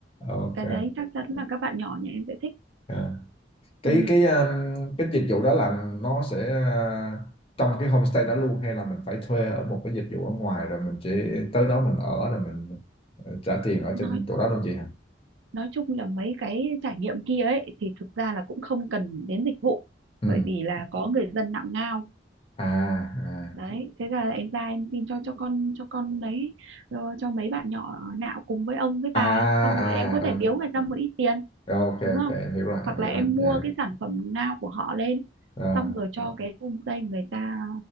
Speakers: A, on the left (about 30°); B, on the right (about 80°).
A: ok
B: cái đấy chắc chắn là các bạn nhỏ nhà em sẽ thích
A: à. cái
B: ừ,
A: cái um, cái dịch vụ đó là nó sẽ à, trong cái homestay đó luôn hay là mình phải thuê ở một cái dịch vụ ở ngoài rồi mình chỉ tới đó mình ở rồi mình ờ, trả tiền ở
B: nói
A: trên chỗ đó luôn chị hả
B: nói chung là mấy cái trải nghiệm kia ấy thì thực ra là cũng không cần đến dịch vụ
A: ừ.
B: bởi vì là có người dân nạo ngao
A: à
B: đấy thế là em ra em xin cho cho con cho con lấy cho, cho mấy bạn nhỏ nạo cùng với ông với
A: à
B: bà
A: à
B: xong rồi em có thể
A: à
B: biếu người ta một ít tiền
A: ok ok
B: đúng không
A: ok em hiểu rồi
B: hoặc
A: em hiểu
B: là em
A: rồi dạ
B: mua cái sản phẩm nào của họ lên
A: à,
B: xong rồi cho cái homestay người ta